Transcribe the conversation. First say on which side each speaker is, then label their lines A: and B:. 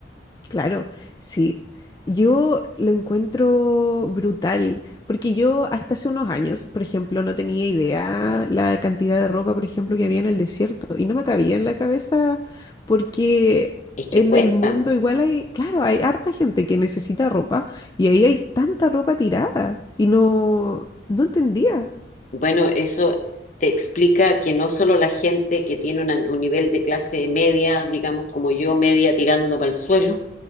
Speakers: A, on the left; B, on the left.
A: Claro, sí. Yo lo encuentro brutal, porque yo hasta hace unos años, por ejemplo, no tenía idea la cantidad de ropa, por ejemplo, que había en el desierto, y no me cabía en la cabeza, porque
B: Es que
A: en
B: cuestan.
A: el mundo igual hay, claro, hay harta gente que necesita ropa, y ahí hay tanta ropa tirada, y no, no entendía,
B: Bueno, eso te explica que no solo la gente que tiene una- un nivel de clase media, digamos como yo, media tirando para el suelo,